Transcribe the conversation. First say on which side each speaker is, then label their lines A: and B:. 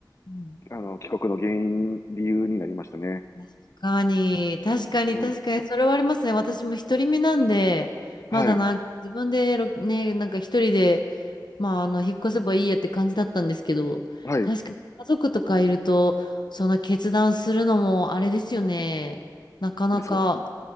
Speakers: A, on the left; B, on the left.
A: うん
B: あの、帰国の原因、理由になりましたね。
A: 確かに、確かに、
B: うん。
A: 確かに、それはありますね。私も一人身なんで、
B: はい。
A: まだなんか自分でろ、ね、なんか一人で、まあ、あの、引っ越せばいいやって感じだったんですけど、
B: はい。
A: 確かに家族とかいると、その決断するのもあれですよね。なかなか、
B: そう